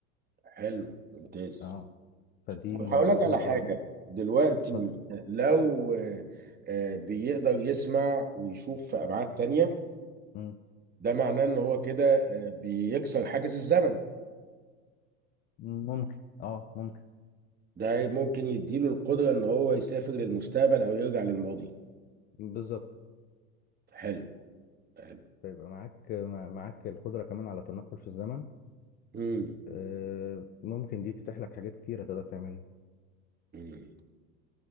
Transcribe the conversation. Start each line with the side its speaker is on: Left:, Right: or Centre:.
Right: حلو ممتاز
Left: اه فدي
Right: طب
Left: من
Right: هقول لك
Left: السوبر
Right: على حاجة
Left: باور
Right: دلوقتي
Left: اتفضل
Right: لو آه، آه، بيقدر يسمع ويشوف في أبعاد تانية
Left: مم.
Right: ده معناه إن هو كده آه، بيكسر حاجز الزمن
Left: ممكن اه ممكن
Right: ده ممكن يديله القدرة إن هو يسافر للمستقبل أو يرجع للماضي
Left: بالظبط
Right: حلو حلو
Left: فيبقى معاك مع- معاك القدرة كمان على التنقل في الزمن
Right: مم.
Left: آه، ممكن دي تتيح لك حاجات كتيرة تقدر تعملها
Right: مم.